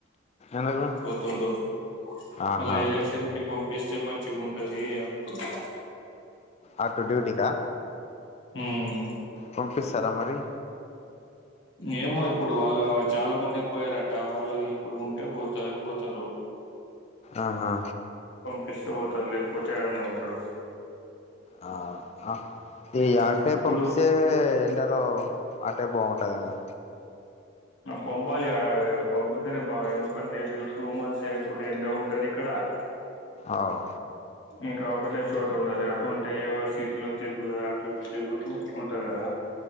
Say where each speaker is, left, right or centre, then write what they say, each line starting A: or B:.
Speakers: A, on the left; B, on the left.
A: ఎందుకు
B: ఉ తుంటడు
A: ఆహా
B: మళ్ళ ఎలక్షన్ కి పంపిస్తే మంచి ఉంటది అంటున్నా
A: ఆటో డ్యూటీ కా
B: ఉమ్
A: పంపిస్తారా మరి
B: ఏమో ఇప్పుడు వాళ్ళు చాలా మంది పోయారట వాళ్ళు ఇప్పుడు ఉంటే పోతె పోతారు
A: ఆహా
B: పంపిస్తే పోతారు లేకపోతే ఎడనే ఉంటాడు
A: ఆ ఆ
B: హ్మ్
A: ఈ ఆటే
B: ఇప్పుడు
A: పంపిస్తే ఎంటార ఆటే బాగుంటుందేమో
B: పంపాలి పంపితేనే బా ఎందుకంటే ఇ టూ మంత్స్ ఎప్పుడు ఎండ ఉంటది ఇక్కడ అ
A: అవ్
B: ఇంకా ఒకటే చోట ఉండాలి లేకుంటే ఈ సిటీలో తిరుగుద అటు ఇటు తిరుగుతూ ఉంటారు కదా